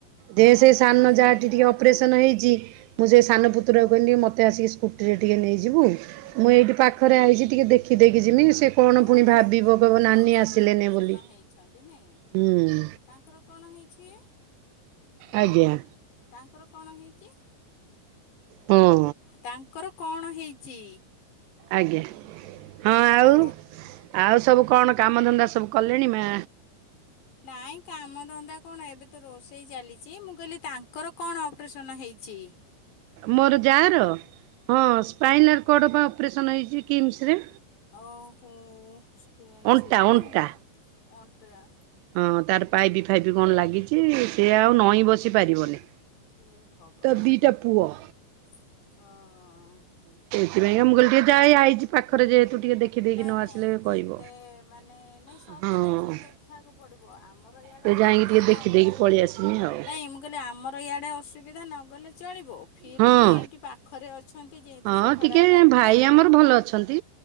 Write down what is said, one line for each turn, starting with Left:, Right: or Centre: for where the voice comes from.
Right: ଦେ
Left: ହଁ
Right: ସେ
Left: ନାଇଁ
Right: ସାନ
Left: ସବୁ
Right: ଯାଆ ଟି ଟିକେ
Left: ଆସନ୍ତି
Right: ଅପରେସନ ହେଇଛି। ମୁଁ ସେ ସାନ ପୁତ୍ରାକୁ କହିଲି ମତ ମୋତେ ଆସିକି ସ୍କୁଟିରେ ଟିକେ ନେଇଯିବୁ ମୁଁ ଏଇଠି ପାଖରେ ଆଇଛି ଟିକେ ଦେଖିଦେଇକି ଯିମି। ସେ କଣ
Left: ଓହୋ
Right: ପୁଣି ଭାବିବ
Left: ସିଏ ବି
Right: କହିବ
Left: ସିଏ
Right: ନାନୀ ଆସିଲେନି
Left: ବି ଅପରେସନ୍
Right: ବୋଲି।
Left: ହେଛନ୍ତି ନାଇ।
Right: ହୁଁ
Left: ତାଙ୍କର କଣ ହଁ ହେଇଛି।
Right: ଆଜ୍ଞା।
Left: ତାଙ୍କର କଣ ହେଇଛି?
Right: ହଁ
Left: ତାଙ୍କର କଣ ହେଇଛି?
Right: ଆଜ୍ଞା। ହଁ ଆଉ
Left: ହାଲୋ।
Right: ଆଉ ସବୁ କଣ କାମ ଧନ୍ଦା ସବୁ କଲେଣି ମା?
Left: ନାଇଁ କାମ ଧନ୍ଦା କଣ ଏବେ ତ ରୋଷେଇ ଚାଲିଚି। ମୁଁ କହିଲି ତାଙ୍କର କଣ ଅପରେସନ ହେଇ ଛି?
Right: ମୋର ଯାଆର? ହଁ ସ୍ପାଇନାଲ୍ କର୍ଡ ବା ଅପରେସନ ହେଇଛି କିମ୍ସ୍ ରେ।
Left: ଓହୋ କିମ୍ସରେ
Right: ଅଣ୍ଟା ଅଣ୍ଟା
Left: ନାଇଁ ଅଣ୍ଟା।
Right: ହଁ ତାର ପାଇପି ଫାଇପ୍ କଣ ଲାଗିଚି, ସେ ଆଉ ନଇଁ ବସି ପାରିବନି।
Left: ହେ ଭଗବାନ
Right: ତା ଦିଟା ପୁଅ।
Left: ଓହୋ।
Right: ସେଥିପାଇଁକା ମୁଁ କହିଲି ଟିକେ ଯାଏ ଆଇଚି ପାଖରେ ଯେହେତୁ ଟିକେ ଦେଖିଦେଇକି
Left: ନାଇଁ
Right: ନ ଆସିଲେ
Left: ନାଇଁ ଯେତେ
Right: କହିବ।
Left: ମାନେ ନାଇଁ ସବୁ
Right: ହଁ
Left: ଜିନିଷକୁ ଦେଖିବାକୁ ପଡିବ। ଆମର ଇଆଡେ
Right: ତ
Left: ଅସୁବିଧା
Right: ଯାଇକି ଟିକେ ଦେଖିଦେଇକି
Left: ନ ଗଲେ
Right: ପଳେଇ
Left: ବି,
Right: ଆସିମି ଆଉ।
Left: ନାଇଁ ମୁଁ କହିଲି ଆମର ଇଆଡ଼େ ଅସୁବିଧା ନ ଗଲେ ଚଳିବ, ଫିର୍
Right: ହଁ
Left: ବି ଏଇଠି ପାଖରେ ଅଛନ୍ତି ଯେହେତୁ
Right: ହଁ
Left: ସେ ଖରାପ
Right: ଟିକେ
Left: ଭାବିବେ
Right: ଭାଇ ଆମର ଭଲ ଅଛନ୍ତି